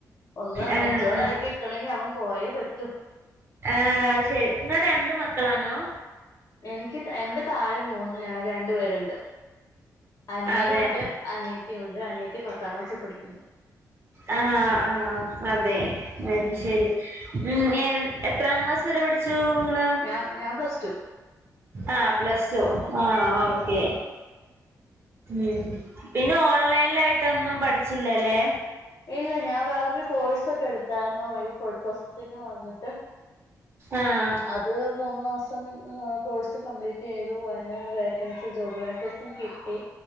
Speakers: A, on the left; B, on the right.
A: ഒന്ന്
B: ആഹ്
A: മെച്ചോറായിക്കിട്ടണമെങ്കി
B: ആഹ്
A: അവൻ പോയേ പറ്റു
B: ആ ശരി ഇങ്ങ രണ്ട് മക്ക ക്കളാണോ
A: എനിക്ക് എന്റെ താഴെ മൂന്ന് ഞ രണ്ട് പേരുണ്ട് അനിയനുണ്ട്
B: അതെ
A: അനിയത്തി ഉണ്ട് അനിയത്തി പത്താം ക്ലാസ്സിൽ പഠിക്കുന്നു
B: ആഹ ആഹ അതെ അത്
A: ഉം
B: ശരി ഉ എത്രാം മാസം ത് വരെ പഠിച്ചു നിങ്ങള്ൾ
A: ഞാൻ ഞാൻ പ്ലസ്ടു
B: ആഹ് പ്ലസ് ടു ആഹ് ഓക്കേ
A: ആഹ്
B: ഉം പിന്നെ ഓൺലൈനിലായിട്ടൊന്നും പഠിച്ചില്ലല്ലേ
A: ഇല്ല ഞാൻ വേറൊരു കോഴ്സ് ഒക്കെ എടുത്തായിുന്നോ ഈ ഫുഡ് പ്രോസസ്സിംഗന്ന് പറഞ്ഞിട്ട്
B: ആഹ്
A: അത് മൂന്ന് മാസം കോഴ്സ് കംപ്ലീറ്റ് ചെയ്തു അതിന്ന് വേക്കൻസി ജോബുവേക്കൻ കിട്ടി